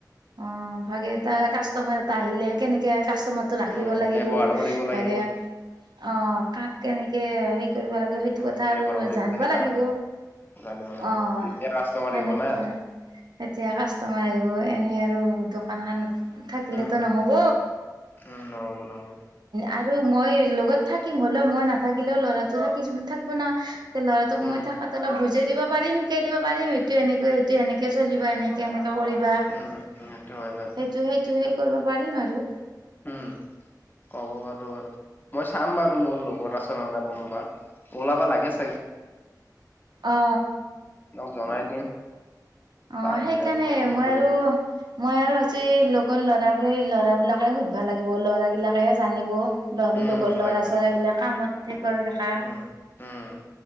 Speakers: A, on the right; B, on the left.
A: অ', ভাগেটা কাষ্টমাৰ এটা আহিলে কেনেকে কাষ্টমাৰটোক ৰাখিব
B: উম,
A: লাগিব
B: ব্যৱহাৰ কৰিব লাগে।
A: ভাগে অ', কাক কেনেকে হেৰি কৰিব লাগে হেইটো
B: উম,
A: কথা আৰু
B: ব্যৱহাৰ কৰিব
A: জানিব
B: লাগে
A: লাগিব।
B: জানিব লাগিব
A: অ'
B: তেতিয়া কাষ্টমাৰ
A: সেনেকুৱাই।
B: আহিব না।
A: এতিয়া কাষ্টমাৰ আহিব, এনেই আৰু দোকানখনানত থাকিলেতো
B: উম,
A: নহ'ব।
B: উম, নহ'ব, নহ'ব।
A: আৰু মই লগত থাকিম, হ'লেও মই নাথাকিলেও ল'ৰাটো থাকি, থাকিব না। এতিয়া লৰাতোক
B: উম,
A: মই থাকোঁতেই অলপ বুজাই দিব পাৰিম, শিকাই দিব পাৰিম, সেইটো এনেকৈ, সেইটো এনেকে চলিবা এনেকে কেনেকে কৰিবা
B: উম,
A: সেইটো,
B: উম, হয় বাৰু
A: সেইটো সেই কৰিব পাৰিম আৰু
B: উ'ম ক'ব পাৰো বাৰু, মই চাম বাৰু মোৰ লগৰ আছে নে কোনোবা ওলাব লাগে চাগে,
A: অ
B: আপোনাক জনাই
A: অ'
B: পাৰিলে
A: সেইকাৰণে
B: একবাৰ ফোন
A: মই
B: কৰি
A: আৰু
B: দিব
A: মই আৰু আজি লগৰ ল'ৰাবোৰে, ল'ৰাবিলাকে সুধিব লাগিব ল'ৰাবিলাকেহে জানিব ল-লগৰ
B: উম,
A: ল'ৰা
B: হয় বাৰু
A: চৰা গিলাক কামত হে কৰি থকা
B: উম, উম,